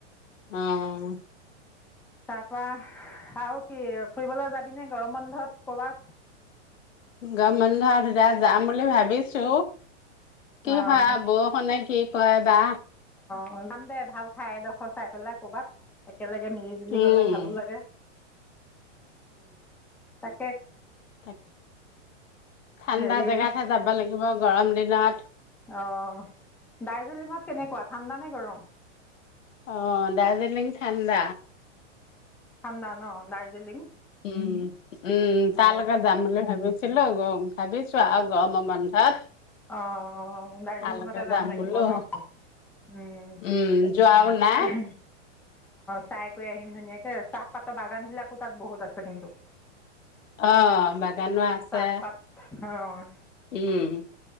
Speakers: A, on the left; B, in the centre.
A: আহ
B: পাপ ত আৰু কি ফুৰিবলৈ যাত দিনে গৰম বন্ধত ক'বাত
A: গৰম বন্ধত যাম বুলি ভাবিছো কি
B: অ'
A: হয় আও বৰষুণে কি কয় বা
B: অ যাম দে ভাল ঠাই এডোখৰ চাই পেলাই কৰবাত একেলগে মিলি জুলি
A: উম,
B: গলে ভালো লাগে তাক
A: তাকে ঠাণ্ডা
B: হেৰি
A: জেগাতহে যাব লাগিব গৰম দিনত
B: অ দাৰ্জিলিঙত কেনেকুৱা ঠাণ্ডা নে গৰম
A: অ দাৰ্জিলিং ঠাণ্ডা
B: ঠাণ্ডা ন দাৰ্জিলিং
A: উম উম তা
B: অ
A: লগত যাম বুলি ভাবিছিলো গ ভাবিছো আও গৰমৰ বন্ধত
B: অহ দাৰ্জিলিঙতে
A: তালৈকে
B: যাব
A: যাম
B: লাগিব
A: বোলো
B: ন উম
A: উম, যোৱাও নাই
B: অ চাই কৰি আহিম ধুনীয়াকে চাহপাতৰ বাগান বিলাকো তাত বহুত আছে কিন্তু
A: অ বাগানো আছে
B: চাহপাত অ
A: উম